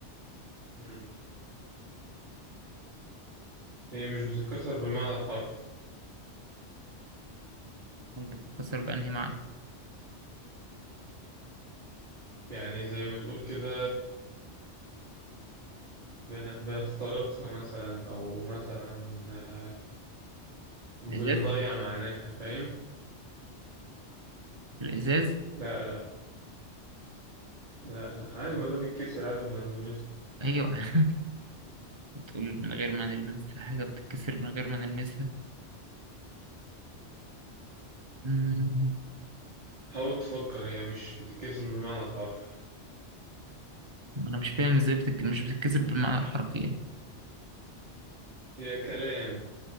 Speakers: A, on the right; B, on the right.
A: مم. هي مش بتتكسر بالمعنى الحرفي
B: أمال بتتكسر بأنهي معنى
A: يعني زي ما تقول كده بن... بنخترقها مثلا او مثلا آه، بنضيع
B: الإزاز
A: معناها فاهم
B: الإزاز
A: لا لا لا لا عادي ما ده بيتكسر عادي ما بنلمسه
B: أيوه <laughs> بتقول من غير ما نلمسها حاجة بتتكسر من غير ما نلمسها مم،
A: حاول تفكر هي مش بتتكسر بالمعنى الحرفي
B: أنا مش فاهم إزاي بتك... مش بتتكسر بالمعنى الحرفي يعني
A: هي كلام